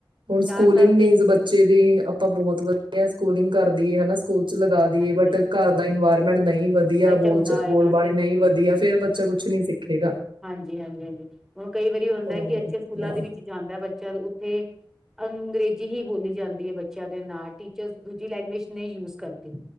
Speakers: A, on the right; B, in the centre.
A: ਹੁਣ
B: ਚਾਰ
A: ਸਕੂਲਿੰਗ
B: ਸਾਲ ਤਿੰਨ
A: ਮੀਨਜ਼ ਬੱਚੇ ਦੀ ਆਪਾਂ ਬਹੁਤ ਵਧੀਆ ਸਕੂਲਿੰਗ ਕਰ ਦੀ ਹਨਾ। ਸਕੂਲ ਚ ਲਗਾ ਦੀਈਏ
B: ਹਾਂਜੀ
A: ਬਟ ਘਰ ਦਾ ਇਨਵਾਇਰਮੈਂਟ ਨਹੀਂ ਵਧ ਵਧੀਆ
B: ਮੈਂ
A: ਬੋਲ
B: ਚੰਗਾ
A: ਚ
B: ਹੋਏਗਾ
A: ਬੋਲਬਣੀ
B: ਤੇ ਉਹ
A: ਨਹੀਂ
B: ਹਾਂ
A: ਵਧੀਆ ਫੇਰ ਬੱਚਾ ਕੁਛ ਨੀ ਸਿੱਖੇਗਾ।
B: ਹਾਂਜੀ ਹਾਂਜੀ ਹਾਂਜੀ ਹੁਣ ਕਈ ਵਾਰੀ ਹੁੰਦਾ
A: ਹੋਰ
B: ਕਿ ਅੱਛੇ
A: ਕਿਆ।
B: ਸਕੂਲਾਂ ਦੇ ਵਿੱਚ ਜਾਂਦਾ ਬੱਚਾ ਉੱਥੇ ਅੰਗਰੇਜ਼ੀ ਹੀ ਬੋਲੀ ਜਾਂਦੀ ਹੈ ਬੱਚਿਆਂ ਦੇ ਨਾਲ ਟੀਚਰ ਦੂਜੀ ਲੈਂਗੁਏਜ ਨਹੀਂ ਯੂਜ ਕਰਦੀ।